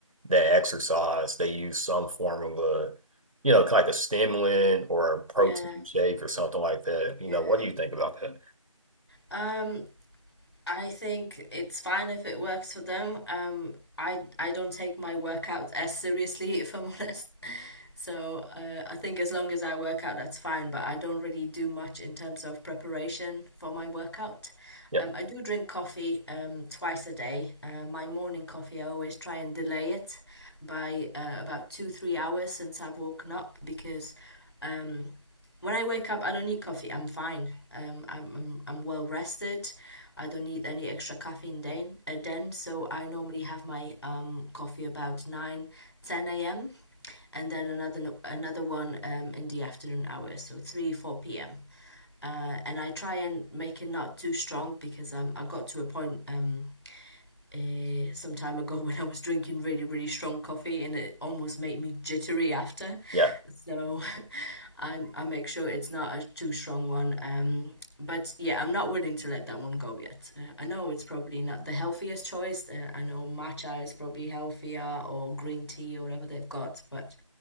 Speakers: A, on the right (about 80°); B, on the left (about 50°).
A: that exercise, they use some form of a, you know, like a stimulant or a protein
B: yeah,
A: shake or something like that.
B: yeah.
A: You know, what do you think about that?
B: Uh, I think it's fine if it works for them. Um, I I don't take my workout as seriously, <laughs> if I'm honest. So uh, I think as long as I work out, that's fine. But I don't really do much in terms of preparation for my workout.
A: Yeah,
B: Um, I do drink coffee um, twice a day. Uh, my morning coffee, I always try and delay it by uh, about two, three hours since I've woken up because um, when I wake up, I don't need coffee. I'm fine. Um, I'm, I'm I'm well rested. I don't need any extra caffeine then. Uh, then so I normally have my um, coffee about nine ten a.m. and then another no, another one um, in the afternoon hours, so 3, 4 p.m. Uh, and I try and make it not too strong because um, I got to a point um, uh, some time ago <laughs> when I was drinking really, really strong coffee, and it almost made me jittery after.
A: yeah.
B: So <laughs> I I make sure it's not a too strong one. Um, but yeah, I'm not willing to let that one go yet. Uh, I know it's probably not the healthiest choice. Uh, I know matcha is probably healthier or green tea or whatever they've got, but